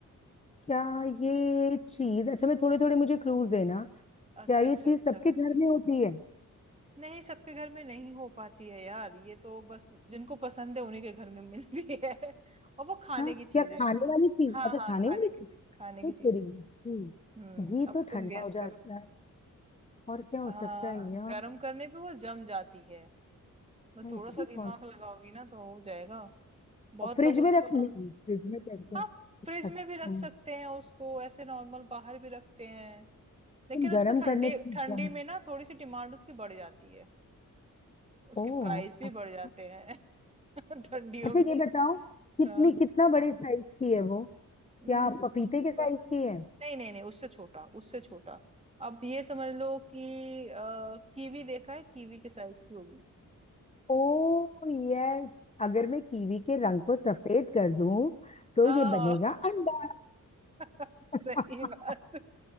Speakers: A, on the left; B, on the right.
A: क्या ये चीज अच्छा मैं थोड़े थोड़े मुझे क्लूज देना
B: अच्छा
A: क्या ये
B: अच्छा
A: चीज
B: अच्छा
A: सबके घर में होती है
B: नहीं सबके घर में नहीं हो पाती है यार ये तो बस जिनको पसंद है उन्हीं के घर में मिलती है <laughs> और वो खाने
A: हाँ
B: की चीज
A: क्या
B: है
A: खाने वाली चीज
B: हाँ
A: अच्छा खाने
B: हाँ खाने
A: वाली चीज
B: की चीज खाने
A: तो
B: की
A: तेरी
B: चीज
A: हम्म,
B: हम्म
A: ये
B: अब
A: तो
B: तुम
A: ठंडा
B: गैस
A: हो जाता
B: करो
A: है और क्या हो
B: हाँ
A: सकता है यार
B: गर्म करने पे वो जम जाती है बस थोड़ा
A: ऐसी
B: सा दिमाग
A: कौन सी
B: लगाओगी ना तो हो जाएगा बहुत
A: और फ्रिज
B: लोग उसको
A: में रखने
B: ना
A: फ्रिज में रखते
B: हाँ
A: हैं
B: फ्रिज
A: अच्छा
B: में
A: तुम
B: भी रख सकते हैं उसको ऐसे नॉर्मल बाहर भी रखते हैं लेकिन उसको
A: गर्म
B: ठंडी
A: करने पे
B: ठंडी
A: जम जाए।
B: में ना थोड़ी सी डिमांड उसकी बढ़ जाती है उसके
A: ओह
B: प्राइस भी
A: अच्छा
B: बढ़ जाते हैं <laughs> ठंडियों
A: अच्छा
B: में
A: ये बताओ कितनी
B: हाँ
A: कितना बड़े साइज की है वो
B: हम्म,
A: क्या पपीते के साइज
B: पर
A: की है
B: नहीं नहीं नहीं उससे छोटा उससे छोटा अब ये समझ लो कि आ, कीवी देखा है कीवी के साइज की होगी
A: Oh yes अगर मैं कीवी के रंग को सफेद कर दूं तो
B: हाँ
A: ये बनेगा अंडा
B: <laughs>
A: <laughs>
B: सही बात